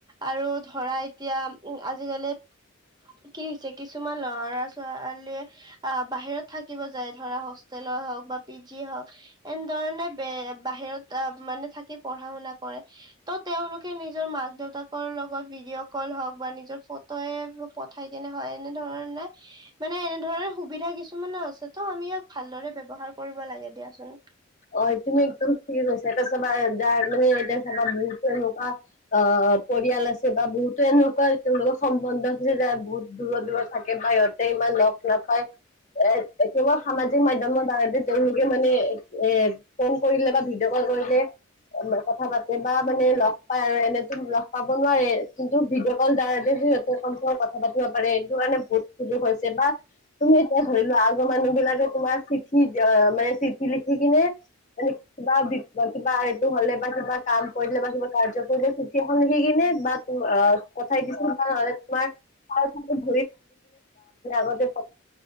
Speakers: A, on the right; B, on the left.
A: আৰু ধৰা এতিয়া উম আজিকালি, কি হৈছে, কিছুমান লৰা ছোৱালীয়ে আহ বাহিৰত থাকিব যায়, ধৰা হোষ্টেলৰ হওক বা পি জি হওক। এনেধৰণে বে বাহিৰত মানে থাকি পঢ়া শুনা কৰে। ত তেওঁলোকে নিজৰ মাক দেউতা, দেউতাকৰ লগত ভিডিঅ' কল হওঁক বা নিজৰ ফটোয়ে পঠাই কেনে হয়, এনে ধৰণে মানে এনেধৰনে সুবিধা কিছুমানে আছে ত' আমি ইয়াক ভালদৰে ব্যবহাৰ কৰিব লাগে দিয়াচোন।
B: অ', তুমি একদম ঠিক কৈছা, এতিয়া চাবা যাৰ মানে, এতিয়া চাবা বহুটো এনেকুৱা অ পৰিয়াল আছে বা বহুতো এনেকুৱা তেওঁলোকৰ সম্বন্ধ আছে, যে য বহুত দূৰত দূৰত থাকে বাহিৰত। ইমান লগ নাপায়। এ কেৱল সামাজিক মাধ্যমৰ দ্বাৰাতে তেওঁলোকে মানে, এ ফোন কৰিলে বা ভিডিঅ' কল কৰিলে, কথা পাতে বা মানে লগ পাই আৰু এনেতো লগ পাব নোৱাৰে, কিন্তু ভিডিঅ' কল দ্বাৰা সিহত ক কথা পাতিব পাৰে সেইটো কাৰণে বহুত সুযোগ হৈছে বা তুমি এতিয়া ধৰি লোৱা আগৰ মানুহবিলাকে তোমাৰ চিঠি আ, মানে চিঠি লিখি কিনে <unintelligible> কিবা কিবা এইটো হ'লে বা কিবা কাম কৰিলে বা কিবা কাৰ্য কৰিলে চিঠি এখন লিখি কিনে বা অ', পঠাই দিছোঁ <unintelligible> তোমাৰ <unintelligible> বহুতো